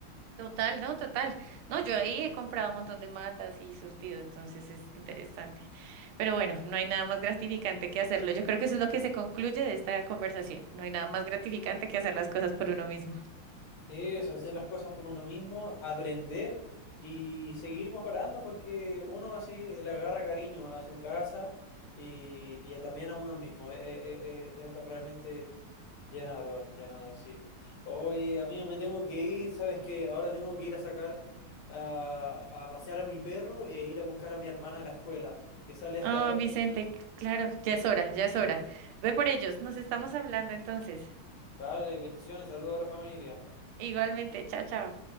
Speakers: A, on the right; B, on the left.
A: Total, no, total. No, yo ahí he comprado un montón de matas y surtido, entonces es interesante. Pero bueno, no hay nada más gratificante que hacerlo. Yo creo que eso es lo que se concluye de esta conversación. No hay nada más gratificante que hacer las cosas por uno mismo.
B: Eso, hacer las cosas por uno mismo, aprender y seguir mejorando porque uno así le agarra cariño a su casa y, y también a uno mismo. Eh, eh, eh, eh, es realmente Llenador, llenador, sí. Hoy, amigo, me tengo que ir, sabes que ahora tengo que ir a sacar a, a pasear a mi perro e ir a buscar a mi hermana a la escuela, que sale a
A: Ah,
B: esta hora,
A: Vicente,
B: entonces.
A: c- claro, ya es hora, ya es hora. Ve por
B: ya,
A: ellos,
B: pero-
A: nos estamos hablando entonces.
B: Vale, bendiciones, saludos a la familia.
A: Igualmente, chao, chao.